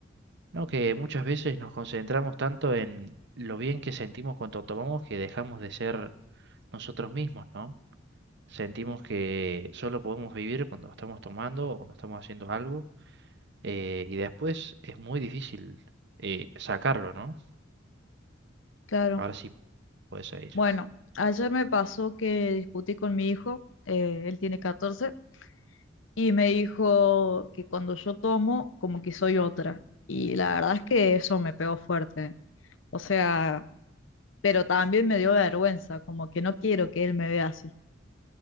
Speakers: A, on the right; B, on the left.
A: No, que muchas veces nos concentramos tanto en lo bien que sentimos cuando tomamos que dejamos de ser nosotros mismos, ¿no? Sentimos que solo podemos vivir cuando estamos tomando o cuando estamos haciendo algo eh, y después es muy difícil eh, sacarlo, ¿no?
B: claro.
A: Ahora sí puedes ir.
B: Bueno, ayer me pasó que discutí con mi hijo, eh, él tiene 14, y me dijo que cuando yo tomo, como que soy otra. Y la verdad es que eso me pegó fuerte. O sea, pero también me dio vergüenza, como que no quiero que él me vea así.